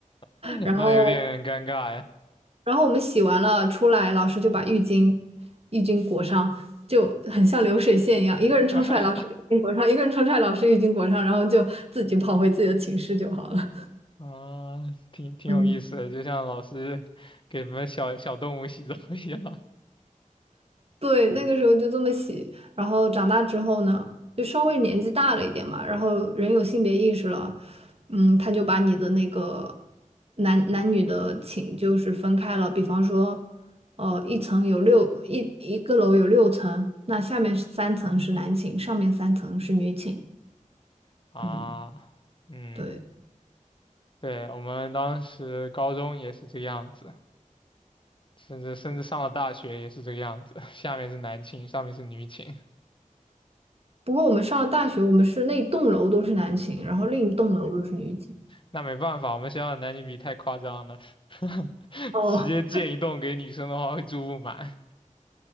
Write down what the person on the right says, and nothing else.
然后
然后我们洗完了出来，老师就把浴巾浴巾裹上，就很像流水线一样，一个人冲出来，
老师浴巾裹上，一个人冲出来，老师浴巾裹上，然后就自己跑回自己的寝室就好了。
嗯。
对，那个时候就这么洗，然后长大之后呢，就稍微年纪大了一点嘛，然后人有性别意识了，嗯，他就把你的那个男男女的寝就是分开了，比方说，呃，一层有六一一个楼有六层，那下面是三层是男寝，上面三层是女寝，
嗯，
对。
不过我们上了大学，我们是那栋楼都是男寝，然后另一栋楼都是女寝。
哦，